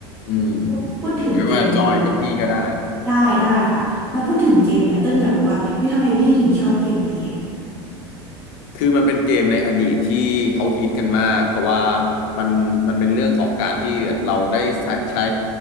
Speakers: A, on the left; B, in the centre.
A: อืม
B: พูดพูดถึงเกมนี้ละ
A: ไม่ว่าจอยกับพี่ก็ได้
B: ได้ได้ค่ะแล้วพูดถึงเกมเนี้ยเต้นอยากรู้ว่าเฮ้ยทำไมพี่ถึงชอบเกมนี้
A: คือมันเป็นเกมในอดีตที่เขาฮิตกันมากเพราะว่ามันมันเป็นเรื่องของการที่เราได้ใช้ใช้